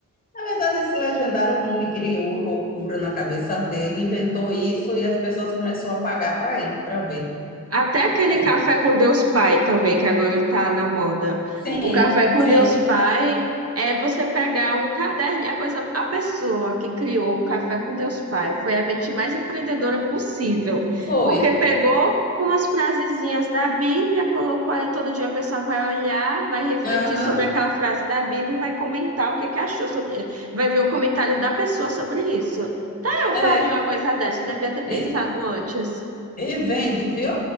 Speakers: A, on the left; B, on the right.
A: Na verdade, esse legendário um homem criou loucura na cabeça dele, inventou isso e as pessoas começaram a pagar para ir, para ver.
B: Até aquele
A: É,
B: café com Deus Pai também, que agora tá na moda.
A: sim,
B: O café com
A: sim,
B: Deus Pai é você pegar um caderno e a coisa, a pessoa que criou o café com Deus Pai foi a mente mais empreendedora possível,
A: foi.
B: porque pegou umas frasezinhas da Bíblia, colocou ali todo dia a pessoa vai olhar, vai refletir
A: Aham,
B: sobre aquela frase da Bíblia e vai comentar o que que achou sobre, vai ver o comentário da pessoa sobre isso. Ah, eu
A: é.
B: faria uma coisa dessa, eu devia ter pensado
A: E,
B: antes.
A: e vende, viu?